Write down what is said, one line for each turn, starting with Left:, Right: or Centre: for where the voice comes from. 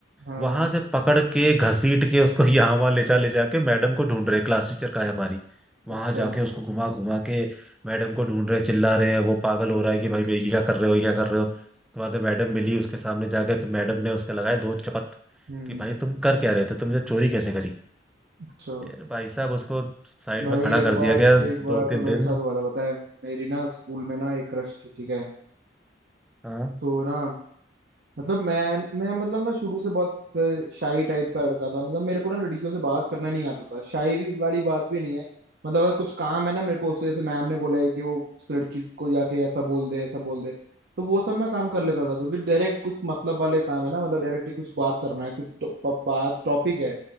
Right: हाँ
Centre: वहां से पकड़ के घसीट के उसको <laughs> यहाँ वहां ले जा ले जाके मैडम को ढूंढ रहे क्लास टीचर का है हमारी वहां
Right: अच्छा
Centre: जाके उसको घुमा घुमा के मैडम को ढूंढ रहे चिल्ला रहे हैं वो पागल हो रहा है कि भाई भाई क्या कर रहे हो ये क्या कर रहे हो तो बाद में मैडम मिली उसके सामने जाकर फिर मैडम ने उसके लगाया दो चपत
Right: हम्म
Centre: कि भाई तुम कर क्या रहे थे तुमने चोरी कैसे करी
Right: अच्छा
Centre: फिर भाई साहब उसको साइड
Right: भाई
Centre: में खड़ा
Right: एक
Centre: कर
Right: बार
Centre: दिया गया
Right: एक बार
Centre: दो
Right: तो
Centre: तीन
Right: मेरे
Centre: दिन
Right: साथ हुआ था पता है मेरी ना स्कूल में ना एक क्रश थी ठीक है
Centre: हाँ
Right: तो ना मतलब मैं मैं मतलब ना शुरू से बहुत शाई टाइप का लड़का था मतलब मेरे को ना लड़कियों से बात करना नहीं आता था शाई भी वाली बात भी नहीं है मतलब अगर कुछ काम है ना मेरे को उससे जैसे मैम ने बोला है कि वो उस लड़की को जाके ऐसा बोल दे ऐसा बोल दे तो वो सब मैं काम कर लेता था क्योंकि डायरेक्ट कुछ मतलब वाले काम है ना मतलब डायरेक्टली कुछ बात करना है कुछ टॉप- बात टॉपिक है